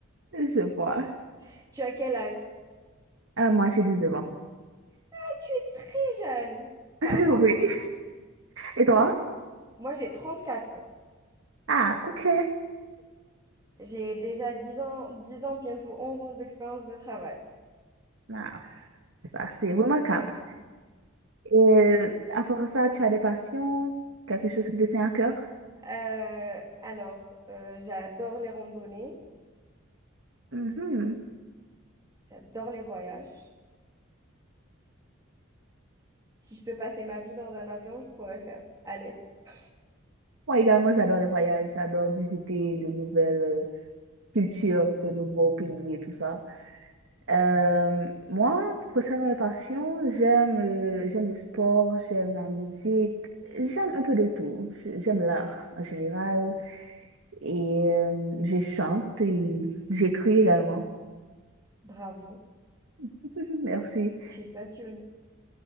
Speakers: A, on the right; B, on the right.
A: Je vois.
B: <laughs> Tu as quel âge?
A: Euh, moi, j'ai 19 ans.
B: Ah, Tu es très jeune. par
A: <laughs>
B: rapport-
A: Oui. Et toi?
B: moi, j'ai 34 ans.
A: Ah, ok.
B: J'ai déjà dix ans, dix ans, bientôt onze ans d'expérience de travail.
A: Ah, ça, c'est remarquable. Et à part ça, tu as des passions? Quelque chose qui te tient à cœur?
B: Euh, alors, euh, j'adore les randonnées,
A: Mhm.
B: j'adore les voyages. Si je peux passer ma vie dans un avion, je pourrais le faire. À l'aise. <laughs>
A: Moi également, j'adore les voyages. J'adore visiter de nouvelles euh, cultures, de nouveaux pays et tout ça. Euh, moi, concernant mes passions, j'aime euh, j'aime le sport, j'aime la musique, j'aime un peu de tout. Je- J'aime l'art en général. et euh, je chante et j'écris également.
B: Bravo,
A: <laughs> Merci.
B: tu es passionnée.